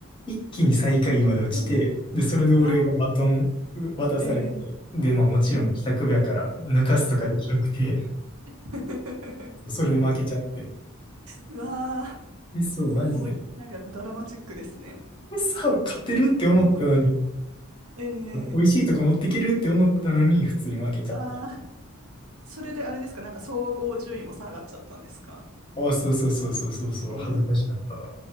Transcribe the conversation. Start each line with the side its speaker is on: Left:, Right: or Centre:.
Left: 一気に最下位まで落ちて、
Right: <laughs>
Left: で、それで俺がバトン渡されて、
Right: うわあ、ええ
Left: で、まあもちろん帰宅部やから抜かすとかできなくて、
Right: ええ <laughs>
Left: <laughs> それで負けちゃって。
Right: うわあ、
Left: え、そう、マジで。
Right: もう、なんかドラマチックですね。
Left: さあ、勝てるって思ったのに、
Right: <laughs> ええ
Left: 美味しいとこ持ってけるって思ったのに、普通に負けちゃっ
Right: ああー、それであれですか、なんか総合順位も下がっちゃったんですか
Left: た。あ、そうそうそうそうそうそう、
Right: えー
Left: 恥ずかしかった。